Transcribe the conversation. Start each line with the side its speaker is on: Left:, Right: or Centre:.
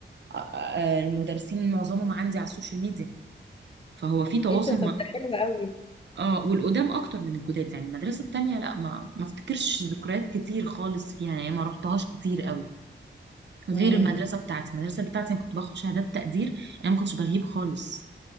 Right: آه، آه، المدرسين معظمهم عندي على السوشيال ميديا فهو في تواصل
Left: ايه ده
Right: مع
Left: طب ده حلو قوي
Right: اه والقدام اكتر من الجداد يعني المدرسه التانيه لا ما ما افتكرش ذكريات كتير خالص فيها يعني ما رحتهاش كتير قوي
Left: مم.
Right: غير المدرسه بتاعتي المدرسه بتاعتي انا كنت باخد شهادات تقدير انا ما كنتش بغيب خالص